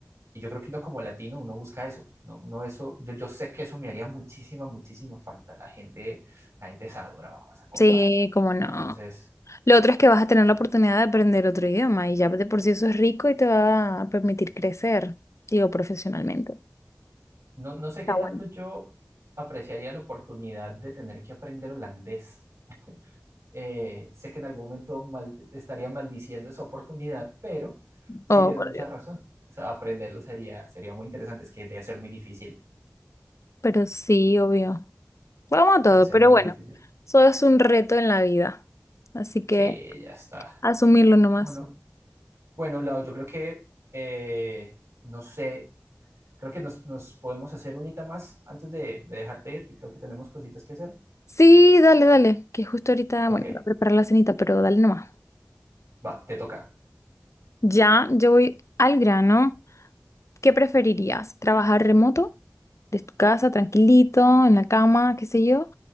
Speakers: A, on the right; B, on the left.
A: y yo creo que uno como latino, uno busca eso, no, no eso, yo, yo sé que eso me haría muchísima, muchísima falta, la gente, la gente es sabrosa, compadre,
B: Sí, como
A: entonces...
B: no. Lo otro es que vas a tener la oportunidad de aprender otro idioma y ya de por sí eso es rico y te va a permitir crecer, digo, profesionalmente.
A: No, no sé
B: Está
A: qué tanto
B: bueno.
A: yo apreciaría la oportunidad de tener que aprender holandés. Eh, sé que en algún momento mal- estaría maldiciendo esa oportunidad, pero sí
B: Oh,
A: tienes
B: por
A: mucha
B: Dios.
A: razón. O sea, aprenderlo sería, sería muy interesante. Es que debe ser muy difícil.
B: Pero sí, obvio. Bueno, Vamos a todo,
A: Debe ser
B: pero
A: muy
B: bueno,
A: difícil.
B: eso es un reto en la vida. Así que
A: Sí, ya está.
B: asumirlo nomás.
A: Bueno, bueno, Lau, yo creo que, eh, no sé, creo que nos, nos podemos hacer unita más antes de, de dejarte ir, que creo que tenemos cositas que hacer.
B: Sí, dale, dale, que justo ahorita,
A: Ok,
B: bueno, voy a preparar la cenita, pero dale nomás.
A: va, te toca.
B: Ya, yo voy al grano. ¿Qué preferirías? ¿Trabajar remoto? ¿De tu casa, tranquilito, en la cama, qué sé yo?